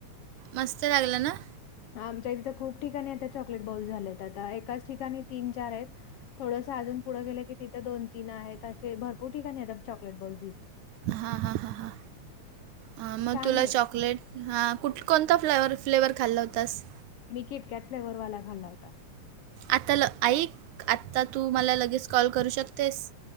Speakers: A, on the right; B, on the left.
A: मस्त लागलं ना?
B: आमच्या तिथं खूप ठिकाणी आता चॉकलेट बाउल झाले आहेत आता एकाच ठिकाणी तीन-चार आहेत. थोडंसं अजून पुढं गेलं की तिथं दोन, तीन आहेत असे भरपूर ठिकाणी येतात चॉकलेट बाउल्स.
A: हा हा ह, हा मग
B: छान
A: तुला
B: आहे
A: चॉकलेट हा कुठ कोणता फ्लेवर, फ्लेवर खाल्ला होतास?
B: मी किटकॅट फ्लेवर वाला खाल्ला होता.
A: आत्ता ल ऐक आत्ता तू मला लगेच कॉल करू शकतेस?